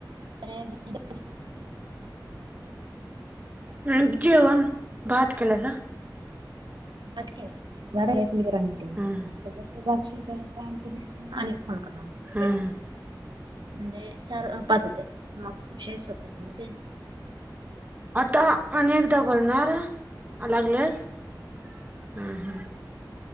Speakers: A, on the right (about 80°); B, on the right (about 20°).
A: अरे ग <unintelligible>
B: हम जेवण भात केलायसा
A: भात केलाय भात घालायचं नाही का राणी
B: हम्म
A: ताई आता भात शिजलाय तस <unintelligible> आणि फोन करणार <inaudible>
B: हम्म
A: म्हणजे चार अ पाच होत्यात मग विषय शोधत्यात तुमि
B: आता अनेकदा बोलणारं या लागलय हू हू